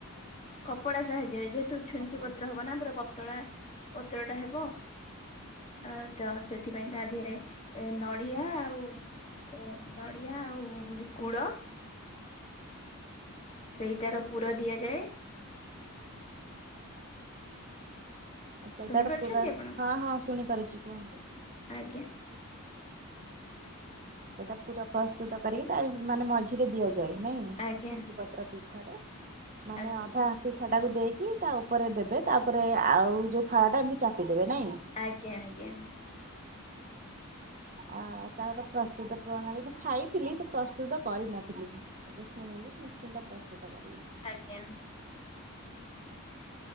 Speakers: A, on the left; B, on the right.
A: କପଡା ସାହାଯ୍ୟରେ ଯେହେତୁ ଛୁଞ୍ଚି
B: କପଡା
A: ପତ୍ର ହବ ନା ପୁରା ପତଳା ପତ୍ର ଟା ହେବ। ଅ ତ ସେଥିପାଇଁ ତା ଦେହରେ ଏ ନଡିଆ ଆଉ ଓ ନଡ଼ିଆ ଆଉ କୁଡ଼। ସେଇଟାର ପୁର ଦିଆଯାଏ।
B: ସେଇଟାର
A: ଶୁଣି ପାରୁଛନ୍ତି
B: ପୁରା
A: ଆପଣ
B: ହଁ ହଁ ଶୁଣିପାରୁଛି କୁହନ୍ତୁ।
A: ଆଜ୍ଞା।
B: ସେଇଟା ପୁରା ପ୍ରସ୍ତୁତ କରିକି ତା ମାନେ ମଝିରେ ଦିଆଯାଏ ନାଇଁ
A: ଆଜ୍ଞା
B: ଛୁଟି ପତ୍ର ପିରେ ମାନେ
A: ଆଜ୍ଞା
B: ଅଧା ପିଠା। ମିିଠାଟାକୁ ଦେଇକି ତା ଉପରେ ଦେବେ ତାପରେ ଆଉ ଯେଉଁ ଫାଳଟା ଏମିତି ଚାପିଦେବେ ନାଇଁ?
A: ଆଜ୍ଞା ଆଜ୍ଞା।
B: ଆ ତାପାର ପ୍ରସ୍ତୁତ ପ୍ରଣାଳୀ ମୁଁ ଖାଇଥିଲି ତ ପ୍ରସ୍ତୁତ କରିନଥିଲି। ଏବେ ଶୁଣିଲି ନିଶ୍ଚିନ୍ତ ପ୍ରସ୍ତୁତ କରିବି।
A: ଆଜ୍ଞା।